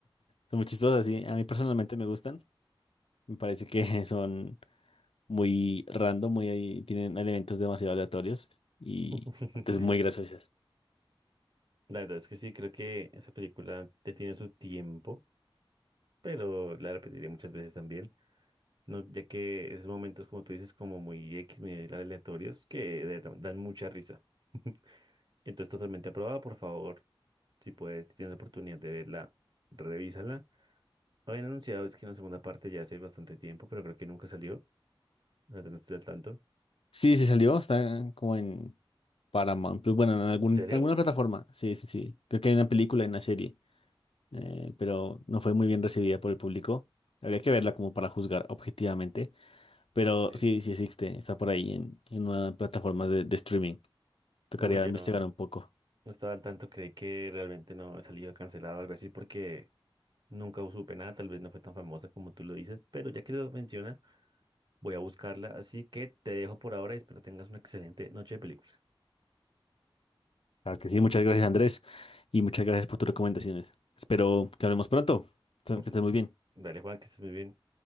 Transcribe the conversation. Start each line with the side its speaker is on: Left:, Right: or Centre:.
Left: son muy chistosas, sí. A mí personalmente me gustan. Me parece que <laughs> son. muy random, muy tienen elementos demasiado aleatorios y
Right: <laughs>
Left: es muy graciosas.
Right: La verdad es que sí, creo que esa película ya tiene su tiempo, pero la repetiré muchas veces también, ¿no? Ya que esos momentos, como tú dices, como muy X, muy aleatorios, que de- dan mucha risa. <laughs> Entonces, totalmente aprobada, por favor, si puedes, si tienes la oportunidad de verla, revísala. No Habían anunciado, es que una segunda parte ya hace bastante tiempo, pero creo que nunca salió. La verdad no estoy al tanto.
Left: Sí, sí salió, está como en Paramount Plus, bueno, en algún-
Right: ¿En serio?
Left: alguna plataforma. Sí, sí, sí. Creo que hay una película y una serie, eh, pero no fue muy bien recibida por el público. Habría que verla como para juzgar objetivamente, pero
Right: Sí.
Left: sí, sí existe, está por ahí en, en una plataforma de, de streaming. Tocaría
Right: Uy,
Left: investigar
Right: yo. No
Left: un poco.
Right: estaba al tanto, creí que realmente no había salido cancelado o algo así porque nunca supe nada, tal vez no fue tan famosa como tú lo dices, pero ya que lo mencionas, voy a buscarla, así que te dejo por ahora y espero tengas una excelente noche de películas.
Left: Claro que sí, muchas gracias Andrés y muchas gracias por tus recomendaciones. Espero que hablemos pronto. Que
Right: Por
Left: estés
Right: su-
Left: muy bien.
Right: Dale, Juan, que estés muy bien.